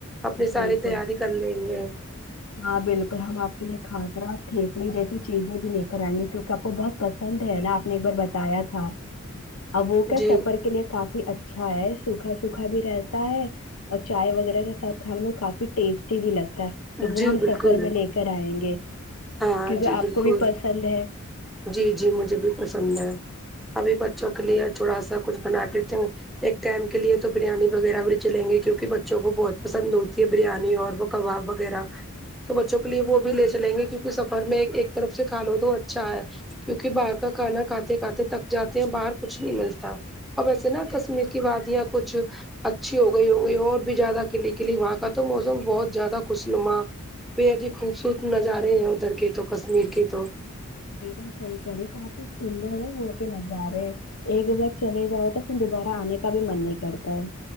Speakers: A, in the centre; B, on the left.
A: اپنی ساری
B: بالکل
A: تیاری کر لیں گے
B: ہاں بالکل ہم آپ کے لیے کھاکرا تھیپڑی جیسی چیزیں بھی لے کر آئیں گے کیونکہ آپ کو بس پسند ہے نا آپ نے ایک بار بتایا تھا اب وہ کیا
A: جی
B: سفر کے لیے کافی اچھا ہے سوکھا سوکھا بھی رہتا ہے اور چائے وغیرہ کے ساتھ کھانے میں کافی ٹیسٹی بھی لگتا ہے تو وہ
A: جی
B: ہم
A: بالکل
B: سفر میں لے کر آئیں گے
A: ہاں
B: کیونکہ
A: جی
B: آپ
A: بالکل
B: کو بھی پسند ہے
A: جی جی مجھے بھی پسند ہے ابھی بچوں کے لیے تھوڑا سا کچھ بنا دیتے ایک ٹائم کے لیے تو بریانی وغیرہ بھی لے چلیں گے کیونکہ بچوں کو بہت پسند ہوتی ہے بریانی اور وہ کباب وغیرہ تو بچوں کے لیے وہ بھی لے چلیں گے کیونکہ سفر میں ایک طرف سے کھالو تو اچھا ہے کیونکہ باہر کا کھانا کھاتے کھاتے تھک جاتے ہیں باہر کچھ نہیں ملتا اور ویسے نا
B: بالکل
A: کشمیر کی وادیاں کچھ اچھی ہو گئی ہو گئی اور بھی زیادہ کلی کلی وہاں کا تو موسم بہت زیادہ خوشنما بے حد خوبصورت نظارے ہیں ادھر کے تو کشمیر کے تو
B: بالکل صحیح کری کافی سندر ہے وہاں کے نظارے ایک بار چلے جاؤ تو پھر دوبارہ آنے کا بھی من نہیں کرتا ہے